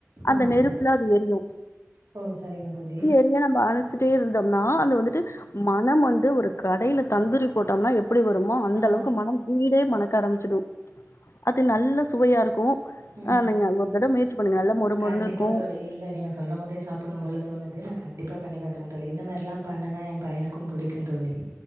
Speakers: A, on the left; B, on the right.
A: அந்த
B: ஆ
A: நெருப்புல அது எரியு
B: ஓ சரிங்க தோழி
A: அப்டியே நம்ம அனுச்சிட்டே இருந்தோம்னா அது வந்துட்டு மனம் வந்து ஒரு கடையில தந்தூரி போட்டோம்னா எப் படி வருமோ அந்த
B: ஆ
A: அளவுக்கு மனம் வீடே மணக்க ஆரம்பிச்சிடு அது நல்ல சுவையா இருக்கு
B: ம்
A: ஆ நீங்க ஒரு தடவ முயற்சி பண்ணுங்க நல்லா மொறு
B: கண்டிப்பா
A: மொறுன்னு இருக்கு
B: தோழி இல்ல நீங்க சொல்லற போதே சாப்பின்னு போல தோணுது நா கண்டிப்பா பண்ணி பாக்குற தோழி இந்த மேரில்லா பண்ணா ஏ பையனு க்கு பிடிக்கு தோழி